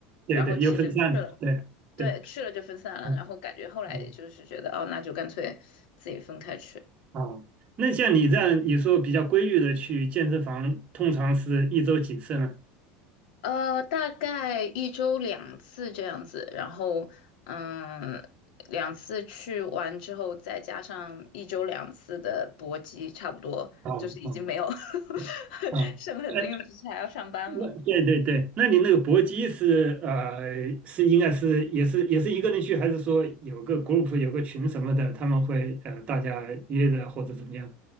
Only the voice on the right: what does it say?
对对，
又分散了，对对，
嗯
嗯
哦，那像你这样，你说比较规律的去健身房，通常是一周几次呢？
哦哦嗯哦，
哎，
那对对对，那你那个搏击是呃是应该是也是也是一个人去，还是说有个 group 有个群什么的，他们会呃大家约着或者怎么样？